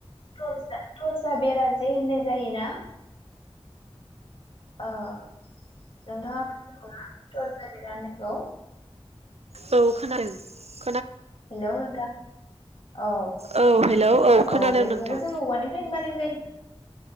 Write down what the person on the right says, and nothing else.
औ <unintelligible>
औ हेलौ खोनादों
नोंथां